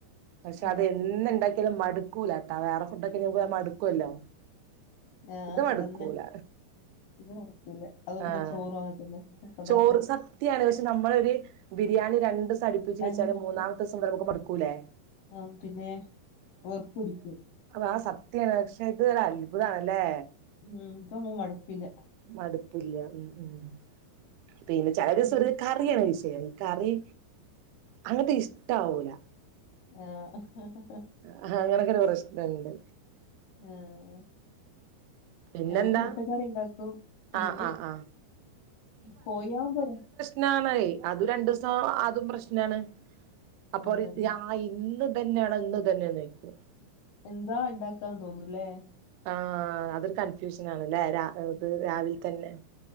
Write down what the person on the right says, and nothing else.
പക്ഷെ
അത് എന്ന് ഇണ്ടാക്കിയാലും മടു ക്കൂലാട്ടാ വേറെ ഫുഡ് ഒക്കെ <unintelligible> മടുക്കുവല്ലോ?
ഇത് മടുക്കൂല
ആഹ
ചോറ് സ ത്തിയാണ് പക്ഷെ നമ്മള് ഒര് ബിരിയാണി രണ്ടൂസം അടിപ്പിച്ച് വെച്ചാല്
മൂന്നാമത്തെ ദിവസം മുതല് നമുക്ക് മടുക്കൂല്ലേ
ആഹ് സത്യാണ് പക്ഷെ ഇത് ഒരു അത്ഭുതാണല്ലേ
മടുപ്പില്ല ഉം ഉം. പിന്നെ ചെല ദിവസം
ഒരു കാ കറിയാണ് വിഷയം കറി അങ്ങട്ട് ഇഷ്ടവൂല
അഹ അങ്ങനെയൊക്കെരു പ്രശ്ണണ്ട്
പിന്നെന്താ
ആഹ് ആഹ് ആഹ്
ണണ് അതും രണ്ടുസം അതും പ്രശ്നാണ് അപ്പൊ
റി ആഹ് ഇന്ന് ഇതന്നെയാണോ ഇന്ന്തന്നെ ന്നോയ്ക്കും
ആ അതൊരു കൺഫ്യൂഷ്നാണ്ലേ രാ
രാവിൽ തന്നെ